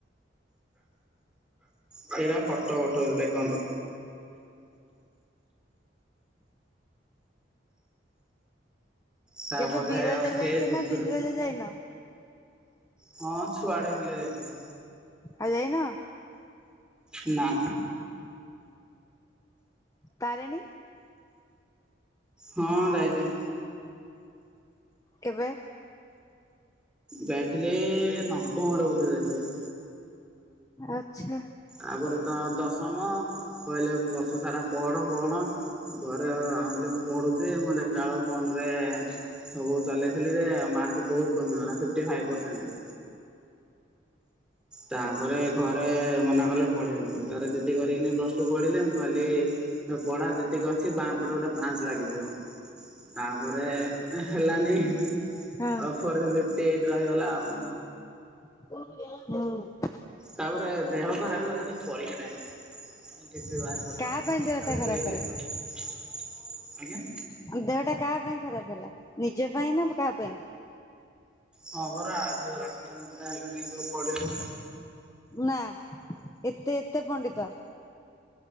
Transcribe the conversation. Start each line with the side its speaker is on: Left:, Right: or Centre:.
Centre: ସେଇଟା ଫଟୋ ପଠଉଚି ଦେଖନ୍ତୁ। ତାପରେ
Left: କେବେ ବିରଜା
Centre: ଅଛି
Left: ଯାଇଛ
Centre: ଦୁଦୁରା
Left: ନା ବିରଜା ଯାଇନ।
Centre: ହଁ ଛୁଆଡେ ହେଇଥିଲେ ଯାଇଥିଲି।
Left: ଆଉ ଯାଇନ।
Centre: ନା।
Left: ତାରିଣୀ।
Centre: ହଁ ଯାଇଛି।
Left: କେବେ।
Centre: ଯାଇଥିଲେ ନବମରେ ବୋଧେ ଯାଇଥିଲି।
Left: ଆଛା।
Centre: ଆପରେ ତ ଦଶମ କହିଲେ ବର୍ଷ ସାରା ପଢ ପଢ। ଘରେ ଅନ୍ତି ମୁଁ ପଢୁଚି ମୁଁ ଦେଖିଲା ବେଳକୁ ଫୋନ ରେ ସବୁ ଚଲେଇଥିଲି ଯେ ମାର୍କ ବହୁତ କମି ଗଲା ଫିପ୍ଟି ଫାଇଫ ପରସେଣ୍ଟ। ତାପରେ ଘରେ ମନା କଲେ ପଢେଇ ବେନି ବୋଲି। ତାପରେ ଜିଦି କରିକିନି ପ୍ଲସଟୁ ପଢିଲେ ମୁଁ କହିଲି ପଢା ଯେତିକି ଅଛି ବା ପଟେ ଗୋଟେ ପାଞ୍ଚ ଲାଗିଯିବ ତାପରେ ହେଲାନି
Left: ହଁ
Centre: ଅଉ ଫୋର୍ ବି ଫିଫ୍ଟି ଏଇଟ୍ ରହିଗଲା ଆଉ।
Left: <unintelligible>
Centre: ତାପରେ ଦେହ ଖରାପ ଗଲାଟି ପରିକ୍ଷା ଟାଇମିରେ। ବିପି ବାହାରି ପଡିଲା
Left: କାହା
Centre: ଶହେ
Left: ପାଇଁ
Centre: ଷଡ଼ଚାଳିସି
Left: ଦେହଟା ଖରାପ
Centre: ବାଇ ତେସ୍ତାରି
Left: ହେଲା
Centre: ଆଜ୍ଞା।
Left: ଦେହଟା କାହା ପାଇଁ ଖରାପ ହେଲା ନିଜ ପାଇଁ ନା କାହା ପାଇଁ।
Centre: ହଁ ପରା ଯୋଉ ରାତି ଅନିନ୍ଦ୍ରା ହେଇକିନି ଯଉ ପଢିଲୁ।
Left: ନା ଏତେ ଏତେ ପଣ୍ଡିତ।